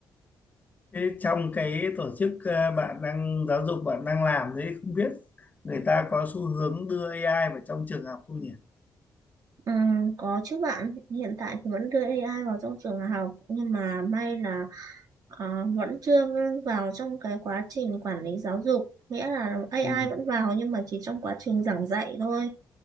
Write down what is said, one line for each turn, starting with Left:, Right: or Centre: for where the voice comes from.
Left: thế trong cái tổ chức ờ, bạn đang giáo dục bạn đang làm đấy không biết người ta có xu hướng đưa AI vào trong trường học không nhỉ?
Right: Ừ, có chứ bạn, hiện tại thì vẫn đưa AI vào trong trường học nhưng mà may là ờ, vẫn chưa vào trong cái quá trình quản lý giáo dục. Nghĩa là AI
Left: Ừ.
Right: vẫn vào nhưng mà chỉ trong quá trình giảng dạy thôi.